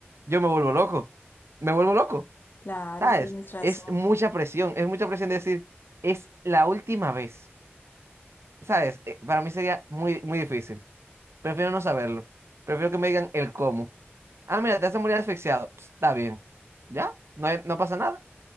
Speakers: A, on the right (about 75°); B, on the left (about 50°).
A: yo me vuelvo loco, me vuelvo loco,
B: Claro,
A: ¿sabes?
B: tienes razón.
A: Es mucha presión, es mucha presión de decir, es la última vez. ¿Sabes? Eh, Para mí sería muy, muy difícil. Prefiero no saberlo. Prefiero que me digan el cómo. Ah, mira, te hace morir asfixiado. Ps, Está bien. ¿Ya? ¿No, hay- no pasa nada?